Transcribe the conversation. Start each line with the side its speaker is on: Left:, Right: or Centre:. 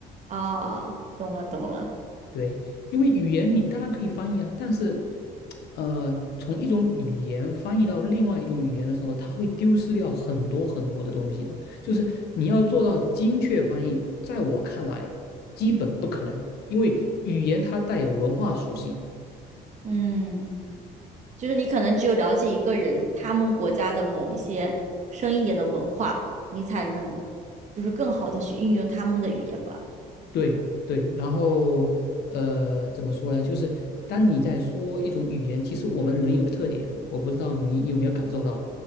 Right: 啊，懂了懂了，
Left: 对，因为语言你当然可以翻译啊，但是，呃，从一种语言翻译到另外一种语言的时候，它会丢失掉很多很多的东西的。就是你要做到精确翻译，在我看来基本不可能，因为语言它带有文化属性。
Right: 嗯。就是你可能只有了解一个人，他们国家的某一些深一点的文化，你才能就是更好的去运用他们的语言吧。
Left: 对对，然后呃，怎么说呢？就是当你在说一种语言，其实我们人有个特点，我不知道你有没有感受到，